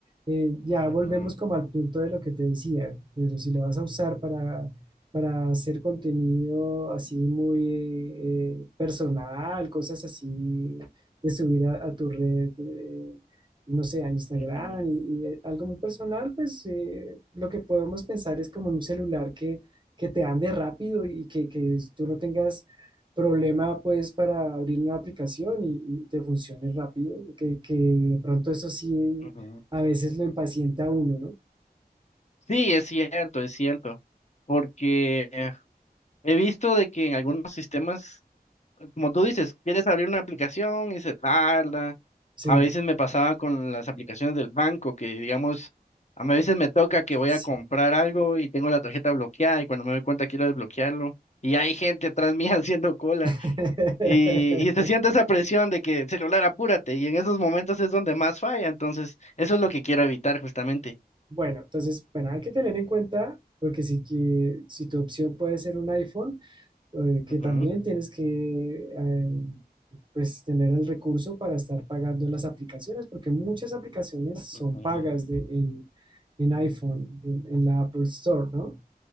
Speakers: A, on the right; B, on the left.
A: Eh, ya
B: ujú,
A: volvemos como al punto de lo que te decía, pero si lo vas a usar para, para hacer contenido así muy eh, personal, cosas así de subir a, a tu red. eh, no sé, a Instagram
B: ujú,
A: y, y algo muy personal, pues eh, lo que podemos pensar es como en un celular que, que te ande rápido y que, que tú no tengas problema pues para abrir una aplicación y, y te funcione rápido, que, que de pronto eso sí
B: ujú.
A: a veces lo impacienta a uno, ¿no?
B: Sí, es cierto, es cierto, porque eh, he visto de que en algunos sistemas, como tú dices, quieres abrir una aplicación y se tarda.
A: Sí,
B: A veces me pasaba con las aplicaciones del banco, que digamos, a mí a veces me toca que voy
A: sí.
B: a comprar algo y tengo la tarjeta bloqueada y cuando me doy cuenta quiero desbloquearlo y hay gente atrás mía <laughs> haciendo cola.
A: <laughs>
B: Y, y se siente esa presión de que celular, apúrate, y en esos momentos es donde más falla, entonces eso es lo que quiero evitar justamente.
A: Bueno, entonces, bueno, hay que tener en cuenta, porque si, que- si tu opción puede ser un iPhone, eh, que
B: Ujú,
A: también tienes que eh, pues tener el recurso para estar pagando las aplicaciones, porque muchas aplicaciones son
B: ujú.
A: pagas de, en, en iPhone, en, en la Apple Store, ¿no?